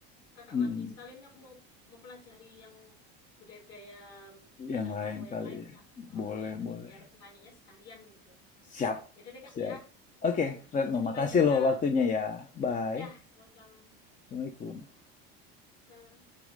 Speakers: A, on the left; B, on the left.
A: Kakak
B: Mhm.
A: lagi. Sekalian aku mau mempelajari yang budaya-budaya Minangkabau
B: Yang lain
A: yang
B: kali
A: lain,
B: ya.
A: Kak. Oh,
B: Boleh,
A: nanti
B: boleh.
A: biar nanyanya sekalian gitu.
B: Siap,
A: Ya udah deh Kak
B: siap.
A: ya.
B: Oke, Retno,
A: Makasih
B: makasih
A: banyak Kak.
B: loh waktunya ya. Bye.
A: Ya, sama-sama.
B: Assalamualaikum.
A: Salam.